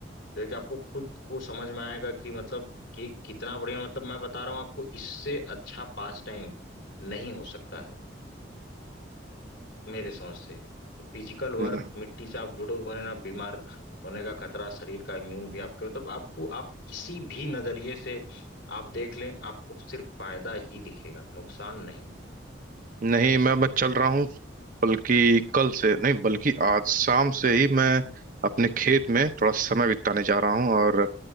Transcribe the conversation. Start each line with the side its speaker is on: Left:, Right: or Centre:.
Left: देखिए आपको खुद को समझ में आएगा कि मतलब कि कितना बढ़िया मतलब मैं बता रहा हूँ आपको इससे अच्छा पास टाइम नहीं हो सकता है मेरे समझ से फिजिकल वर्क
Right: हम्म,
Left: मिट्टी से आप जुड़े हुए हैं ना बीमार होने का खतरा शरीर का इम्यून भी आपके मतलब आपको आप किसी भी नजरिए से आप देख लें आपको सिर्फ फायदा ही दिखेगा नुकसान नहीं
Right: नहीं मैं मैं चल रहा हूँ बल्कि कल से नहीं बल्कि आज शाम से ही मैं अपने खेत में थोड़ा समय बिताने जा रहा हूँ और